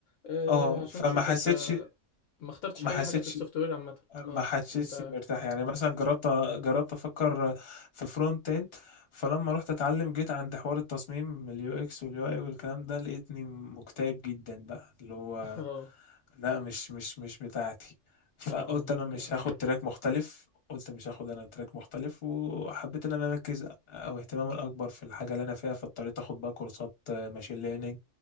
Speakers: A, on the left; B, on the left.
A: آه،
B: اه
A: عشان
B: فما
A: تشوف
B: حسيتش
A: انت ما اخترتش
B: ما
A: اي
B: حسيتش
A: حاجة في السوفت وير عامة
B: ما
A: اه
B: حسيتش
A: انت
B: مرتاح
A: <laughs>
B: يعني مثلا جربت جربت افكر في فرونت اند فلما رحت اتعلم جيت عند حوار التصميم اليو اكس واليو اي والكلام ده لقيتني مكتئب جدا بقى اللي هو
A: اه
B: لا مش مش مش بتاعتي فقلت
A: اه اه ممكن
B: انا مش
A: عشان
B: هاخد
A: كده
B: تراك مختلف قلت مش هاخد انا تراك مختلف وحبيت ان انا اركز او اهتمامي الاكبر في الحاجه اللي انا فيها فاضطريت اخد بقى كورسات ماشين ليرنينج